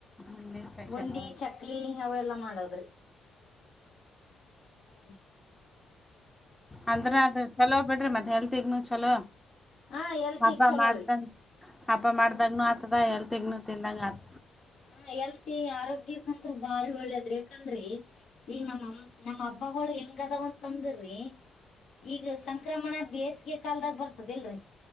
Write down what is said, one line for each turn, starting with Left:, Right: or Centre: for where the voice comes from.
Centre: ಉಂಡಿ ಸ್ಪೆಷಲ್
Left: ಉಂಡಿ
Centre: ಹೌದು
Left: ಚಕ್ಲಿ ಅವೆಲ್ಲಾ ಮಾಡದ್ರಿ ಹ್ಮ
Centre: ಅಂದ್ರ ಅದ ಚಲೋ್ ಬಿಡ್ರಿ ಮತ್ತೆ. ಹಲ್ಥ ಹೆಗ್ಕ್ ನಸ್ಲ್ಲ.
Left: ಹಾ ಎಲ್ತಿಗ್
Centre: ಹಬ್ಬ
Left: ಚಲೋರಿ
Centre: ಮಾಡ್ದಂಗ ಹಬ್ಬ ಮಾಡ್ದಾಗನು ಆತದ ಎಲ್ ತೆಗನ ತಿಿಂದಂಗ ಆತ
Left: ಹ ಎಲ್ತಿ ಆರೋಗ್ಯಕಂ ಬಾರಿ ಒಳ್ಳೇದ್ರಿ ಯಾಕಂದ್ರಿ ಈಗ ನಮ್ಮ ನಮ್ಮ್ ಹಬ್ಬಗಳು ಹೆಂಗದಾವಂತಂದ್ರಿ ಈಗ ಸಂಕ್ರಮಣ ಬೇಸ್ ಗೆ ಕಾಲದಾಗ ಬರ್ತದಲ್ರರಿ